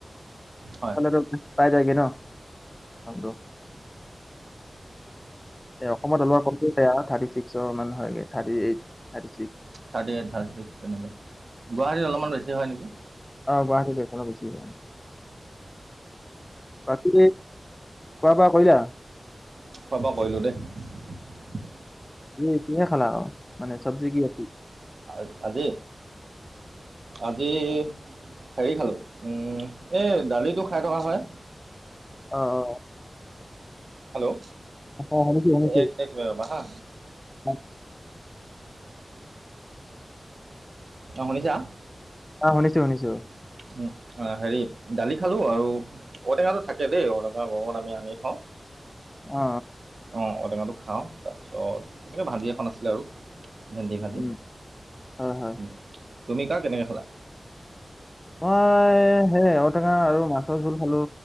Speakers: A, on the right; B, on the left.
A: হয়
B: মানে তোৰ পাই যায়গে ন' নামটো। এ, অকমত ওলোৱা কমটো বেয়া, থাৰ্টি ছিক্সৰ মানে হয় thirty eight, thirty six.
A: Thirty eight, থাৰ্তিত তেনেকে। গুৱাহাটীত অলপমান বেছি হয় নেকি।
B: অ' গুৱাহাটী এইফালে বেছি হয়। বাকি খোৱা বোৱা কৰিলা?
A: খোৱা ৱোৱা কৰিলোঁ দেই।
B: এই কিহেৰে খালা অ' মানে চব্জি কিহেদি।
A: আ আজি, আজি হেৰি খালোঁ উম, এই দালিটো খাই থকা হয়।
B: অ', অ'।
A: হেল্ল',
B: অ শুনিছো শুনিছো
A: এক এক মিনিট ৰ'বা হা।
B: <unintelligible>
A: অ' শুনিছা।
B: শুনিছোঁ শুনিছোঁ।
A: উম, অ' হেৰি দালি খালোঁ আৰু ঔটেঙাটো থাকে দেই ঔটেঙা গৰমত আমি আনি থওঁ।
B: অ অ
A: অ' ঔটেঙাটো খাওঁ। তাৰপিছত তেনেকৈ ভাজি এখন আছিলে আৰু ভেন্দি ভাজি,
B: উম হয় হয়
A: উম। তুমি কাক কেনেকৈ খালা।
B: মই সেই ঔটেঙা আৰু মাছ মাছৰ জোল খালোঁ